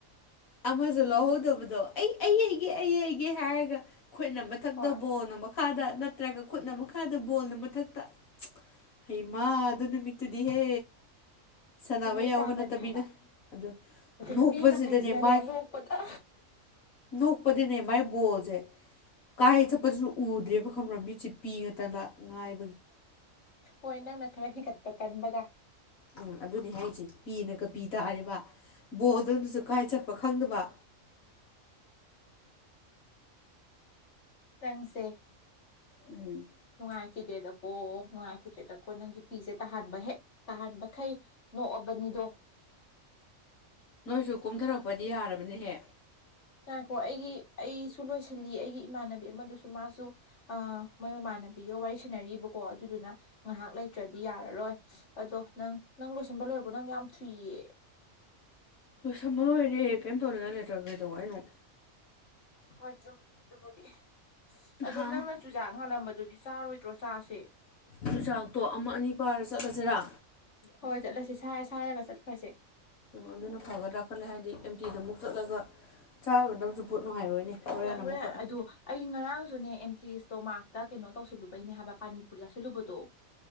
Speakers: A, on the left (about 80°); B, on the left (about 55°).
A: ꯑꯃꯁꯨ ꯂꯧꯍꯧꯗꯕꯗꯣ ꯑꯩ ꯑꯩ ꯑꯩ ꯌꯩꯒꯦ ꯑꯩ ꯌꯩꯒꯦ ꯍꯥꯏꯔꯒ ꯈꯣꯏꯅꯝꯕ ꯃꯊꯛꯇ
B: ꯍꯣꯏ
A: ꯕꯣꯜꯅ ꯃꯈꯥꯗ ꯅꯠꯇ꯭ꯔꯒ ꯈꯨꯠꯅ ꯃꯈꯥꯗ ꯕꯣꯜꯅ ꯃꯊꯛꯇ ꯍꯩꯃ ꯑꯗꯨ ꯅꯨꯃꯤꯠꯇꯨꯗꯤꯍꯦ ꯁꯟꯅꯕ
B: ꯀꯨꯝꯍꯩ
A: ꯌꯥꯎꯕ
B: ꯇꯥꯕꯅꯦ
A: ꯅꯠꯇꯕꯤꯗ꯫
B: ꯍꯥꯏꯕ
A: ꯑꯗꯨ
B: ꯑꯗꯩ
A: ꯅꯣꯛꯄꯁꯤꯗꯅꯦ
B: ꯃꯤ ꯃꯈꯩꯁꯤꯅꯅꯦ
A: ꯃꯥꯏ
B: ꯅꯣꯛꯄꯗ
A: ꯅꯣꯛꯄꯗꯅꯦ ꯃꯥꯏ ꯕꯣꯜꯖꯦ ꯀꯥꯏ ꯆꯠꯄꯁꯨꯅꯣ ꯎꯗ꯭ꯔꯦꯕ ꯈꯪꯕ꯭ꯔ ꯃꯤꯠꯁꯦ ꯄꯤ ꯉꯇꯅ ꯉꯥꯏ
B: ꯍꯣꯏ ꯅꯪꯅ ꯈꯔ ꯍꯤꯒꯠꯄ ꯀꯟꯕꯒ꯫
A: ꯎꯝ ꯑꯗꯨꯅꯤ ꯍꯥꯏꯔꯤꯁꯦ ꯄꯤꯅꯒ ꯄꯤ ꯇꯥꯔꯤꯕ ꯕꯣꯜ ꯑꯗꯨꯅꯁꯨ ꯀꯥꯏ ꯆꯠꯄ ꯈꯪꯗꯕ꯫
B: ꯅꯪꯁꯦ
A: ꯎꯝ
B: ꯅꯨꯡꯉꯥꯏꯈꯤꯗ꯭ꯔꯦꯗꯀꯣ ꯅꯨꯡꯉꯥꯏꯈꯤꯗ꯭ꯔꯦꯗꯀꯣ ꯅꯪꯒꯤ ꯄꯤꯁꯦ ꯇꯥꯍꯟꯕ ꯍꯦꯛ ꯇꯥꯍꯟꯕꯈꯩ ꯅꯣꯛꯑꯕꯅꯤꯗꯣ
A: ꯅꯣꯏꯖꯨ ꯀꯨꯝꯊꯔꯛꯄꯗꯤ ꯌꯥꯔꯕꯅꯦꯍꯦ꯫
B: ꯉꯥꯏꯈꯣ ꯑꯩꯒꯤ ꯑꯩꯁꯨ ꯂꯣꯏꯁꯤꯜꯂꯤ ꯑꯩꯒꯤ ꯏꯃꯥꯟꯅꯕꯤ ꯑꯃꯗꯨꯁꯨ ꯃꯥꯁꯨ ꯑ ꯃꯣꯏ ꯃꯃꯥꯟꯅꯕꯤꯒ ꯋꯥꯔꯤ ꯁꯥꯟꯅꯔꯤꯕꯀꯣ ꯑꯗꯨꯗꯨꯅ ꯉꯥꯍꯥꯛ ꯂꯩ ꯇ꯭ꯔꯗꯤ ꯌꯥꯔꯔꯣꯏ ꯑꯗꯣ ꯅꯪ ꯅꯪ ꯂꯣꯏꯁꯤꯟꯕ ꯂꯣꯏꯔꯕ ꯅꯪꯗꯤ ꯌꯥꯝ ꯊꯨꯏꯌꯦ꯫
A: ꯂꯣꯏꯁꯟꯕ ꯂꯣꯏꯔꯦ ꯀꯩꯝ ꯇꯧꯅꯤꯡꯉꯥꯢ ꯂꯩꯇ꯭ꯔꯒ ꯀꯩꯗꯧ ꯍꯥꯏꯅꯣ꯫
B: ꯍꯣꯏ ꯆꯨꯝꯃꯤ ꯑꯗꯨꯕꯨꯗꯤ꯫ ꯑꯗꯣ
A: ꯍꯥ
B: ꯅꯪꯅ ꯆꯨꯖꯥꯛ ꯉꯥꯜꯂꯝꯕꯗꯨꯗꯤ ꯆꯥꯔꯣꯏꯗ꯭ꯔꯣ ꯆꯥꯁꯦ
A: ꯆꯨꯖꯥꯛꯇꯣ ꯑꯃ ꯑꯅꯤ ꯄꯥꯔ ꯆꯠꯂꯖꯤꯔꯥ꯫
B: ꯍꯣꯏ ꯆꯠꯂꯁꯦ ꯁꯥꯏꯔ ꯁꯥꯏꯔꯒ ꯆꯠꯈ꯭ꯔꯁꯦ꯫
A: ꯑꯗꯨꯅ ꯐꯒꯗ꯭ꯔꯥ ꯈꯜꯂꯦ ꯍꯥꯏꯗꯤ ꯑꯦꯝꯇꯤꯗ ꯑꯃꯨꯛ ꯆꯠꯂꯒ ꯆꯥꯔꯨꯗꯧꯁꯨ ꯄꯨꯠ ꯅꯨꯡꯉꯥꯏꯔꯣꯏꯅꯦ꯫ ꯍꯣꯔꯦꯟ
B: ꯍꯣꯏ ꯍꯣꯔꯦ
A: ꯑꯃꯨꯛꯀ
B: ꯑꯗꯨ ꯑꯩ ꯉꯔꯥꯡꯁꯨꯅꯦ ꯑꯦꯝꯇꯤ ꯏꯁꯇꯣꯃꯥꯛꯇ ꯀꯩꯅꯣ ꯇꯧꯁꯜꯂꯨꯕꯩꯅꯦ ꯍꯥꯏꯕ ꯄꯥꯅꯤꯄꯨꯔꯤ ꯆꯥꯁꯤꯜꯂꯨꯕꯗꯣ